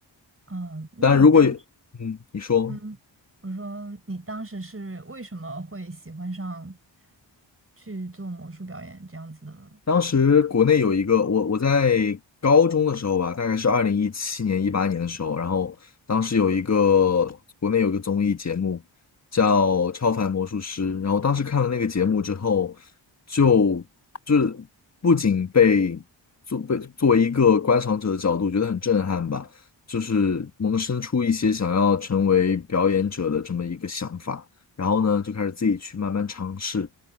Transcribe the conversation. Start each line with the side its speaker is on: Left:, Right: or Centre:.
Right: 哦那你当，
Left: 当然，如果嗯，你说。
Right: 嗯，我说你当时是为什么会喜欢上去做魔术表演这样子的？
Left: 当时国内有一个我我在高中的时候吧，大概是二零一七年一八年的时候，然后当时有一个国内有个综艺节目叫《超凡魔术师》，然后当时看了那个节目之后，就就是不仅被作被作为一个观赏者的角度觉得很震撼吧，就是萌生出一些想要成为表演者的这么一个想法，然后呢就开始自己去慢慢尝试，